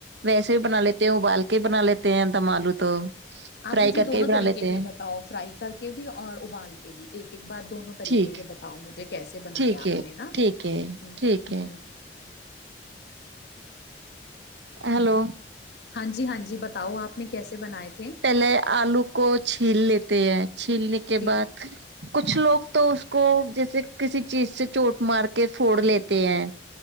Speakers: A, on the right; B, on the left.
A: ویسے بھی بنا لیتے ہیں ابال کے کے بنا لیتے ہیں دم آلو تو
B: آپ
A: فرائی
B: مجھے
A: کر
B: دونوں
A: کے ہی بنا
B: طریقے
A: لیتے
B: کے
A: ہیں
B: بتاؤ فرائی کر کے بھی اور ابال کے بھی ایک ایک بار دونوں طریقے
A: ٹھیک
B: کے بتاؤ مجھے کیسے بنایا
A: ٹھیک
B: آپ
A: ہے
B: نے نا
A: ٹھیک ہے
B: ہ
A: ٹھیک
B: ہ
A: ہے ہلو
B: ہاں جی ہاں جی بتاؤ آپ نے کیسے بناائے تھے
A: پہلے آلو کو چھیل لیتے ہیں چھیلنے کے
B: ٹھیک
A: بعد کچھ لوگ تو اس کو جیسے صرف کسی چیز سے چوٹ مار کے پھوڑ لیتے ہیں